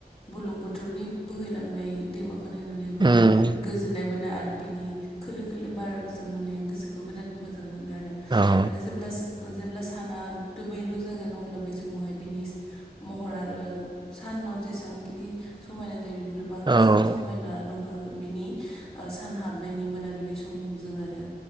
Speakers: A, on the left (about 35°); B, on the right (about 30°).
A: बुरलुंबुथुरनि बोहैलांनाय दैमाखौ नायनानैबो
B: उम
A: गोजोननाय मोनो आरो। बिनि खोलो खोलो बार जों माने गोसोखौ बिराद मोजां मोनो आरो।
B: औ औ
A: आरो जेब्लासिम जेब्ला साना दोमैलु जागोन अब्ला बै समावहाय बिनि महर आरो सानाव जेसेबांखिनि समायना जायो बेनि बांसिन
B: उम औ
A: समायना
B: उम
A: नुखाङो बिनि ओ सान हाबनायनि मोनाबिलि समजों आरो